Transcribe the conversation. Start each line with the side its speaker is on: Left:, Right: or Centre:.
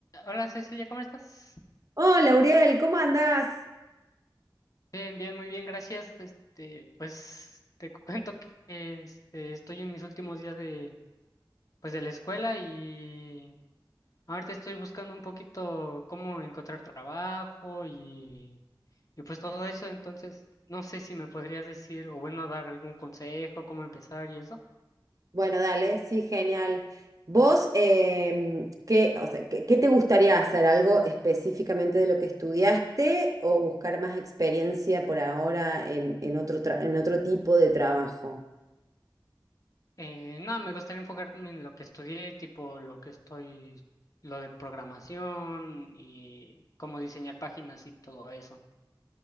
Left: Hola Cecilia, ¿cómo estás?
Right: Hola, Uriel, ¿cómo andás?
Left: Bien, bien, muy bien, gracias. Este, pues te <laughs> cuento que este, estoy en mis últimos días de, pues, de la escuela y ahorita estoy buscando un poquito cómo encontrar trabajo y, y pues todo eso. Entonces, no sé si me podrías decir o bueno, dar algún consejo, cómo empezar y eso.
Right: Bueno, dale, sí, genial. Vos, em, ¿qué, o sea, qué, qué te gustaría hacer? ¿Algo específicamente de lo que estudiaste o buscar más experiencia por ahora en, en otro, tra- en otro tipo de trabajo?
Left: Eh, no, me gustaría enfocarme en lo que estudié, tipo lo que estoy, lo de programación y cómo diseñar páginas y todo eso.